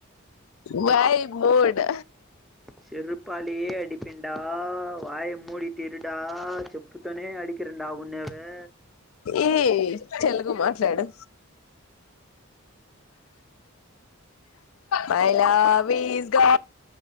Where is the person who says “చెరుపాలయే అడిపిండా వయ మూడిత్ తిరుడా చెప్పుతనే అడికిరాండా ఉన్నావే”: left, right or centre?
Centre